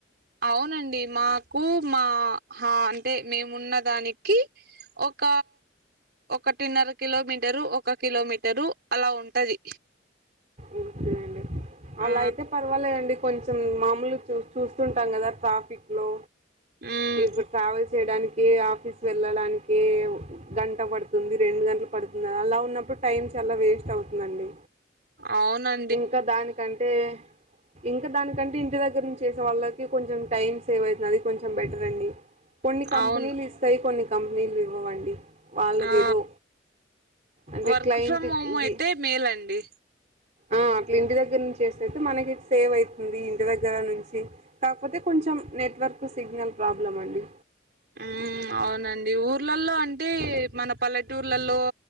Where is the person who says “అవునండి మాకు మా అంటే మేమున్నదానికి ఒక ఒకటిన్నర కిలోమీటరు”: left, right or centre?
Right